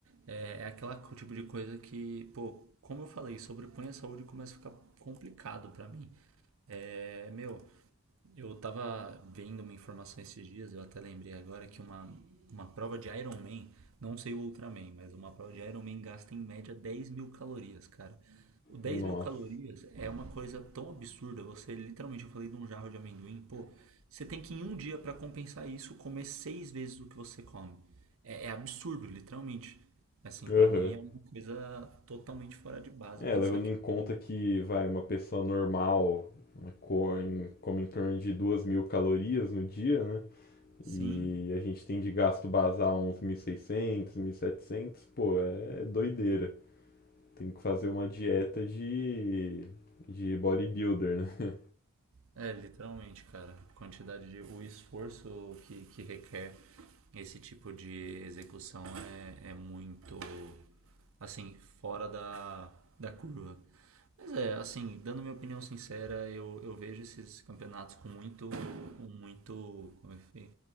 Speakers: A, on the right (about 65°); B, on the left (about 45°).
A: É, é aquela co- tipo de coisa que, pô, como eu falei, sobrepõe a saúde e começa a ficar complicado pra mim. É, meu. Eu tava vendo uma informação esses dias, eu até lembrei agora que uma, uma prova de Iron Man, não sei o Ultraman, mas uma prova de Iron Man gasta em média dez mil calorias, cara. O dez
B: Nossa.
A: mil calorias é uma coisa tão absurda, você literalmente, eu falei de um jarro de amendoim, pô, você tem que em um dia pra compensar isso comer seis vezes o que você come. É, é absurdo, literalmente. Assim,
B: Aham.
A: pra mim é uma coisa totalmente fora de base
B: É,
A: pensar
B: levando
A: que
B: em
A: alguém.
B: conta que, vai, uma pessoa normal né, co- em- come em torno de duas mil calorias no dia, né?
A: Sim,
B: E a gente tem de gasto basal uns 1.600, setecentos pô, é doideira. Tem que fazer uma dieta de, de bodybuilder, né?
A: É, literalmente, cara. Quantidade de. O esforço que, que requer esse tipo de execução é, é muito. Assim, fora da, da curva. Mas é, assim, dando minha opinião sincera, eu, eu vejo esses campeonatos com muito. Com muito. Como é que foi?